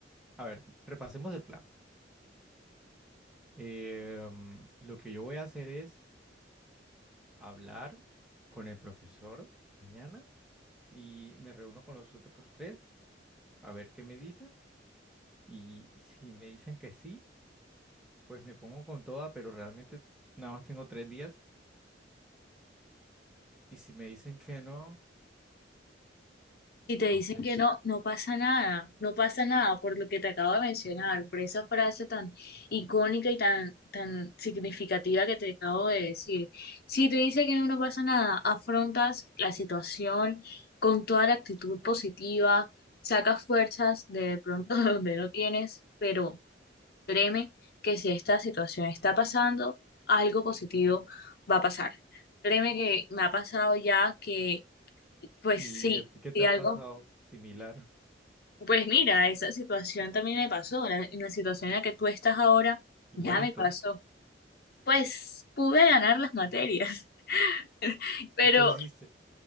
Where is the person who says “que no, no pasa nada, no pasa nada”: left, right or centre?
Left